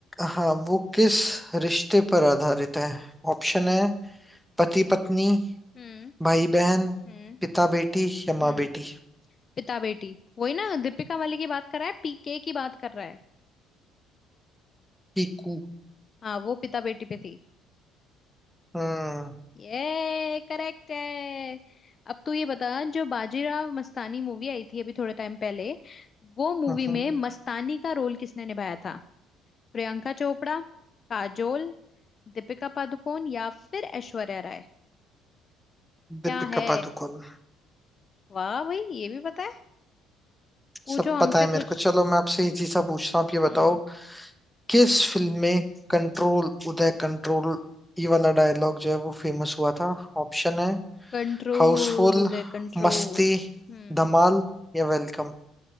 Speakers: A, in the centre; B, on the left.
A: हाँ वो किस रिश्ते पर आधारित है ऑप्शन है पति पत्नी
B: हम्म
A: भाई बहन
B: हम्म
A: पिता बेटी या माँ
B: हम्म
A: बेटी
B: पिता बेटी वही ना दीपिका वाली की बात कर रहा है पीके की बात कर रहा है
A: पीकू
B: हाँ वो पिता बेटी पे थी
A: हम्म
B: ये करेक्ट है अब तू ये बता जो बाजीराव मस्तानी मूवी आई थी अभी थोड़े टाइम पहले वो मूवी
A: हम्म,
B: में
A: हम्म,
B: मस्तानी का रोल किसने निभाया था प्रियंका चोपड़ा काजोल दीपिका पादुकोण या फिर ऐश्वर्या राय क्या
A: दीपिका
B: है
A: पादुकोण
B: वाह भाई ये भी पता है पूछो
A: सब
B: हमसे
A: पता है
B: कुछ
A: मेरे को चलो मैं आपसे इजी सा पूछता हूँ आप ये बताओ
B: हम्म
A: किस फिल्म में कंट्रोल उदय कंट्रोल ये वाला डायलॉग जो है वो फेमस हुआ था ऑप्शन है
B: Control
A: हाउसफुल
B: Uday control
A: मस्ती
B: हम्म
A: धमाल या वेलकम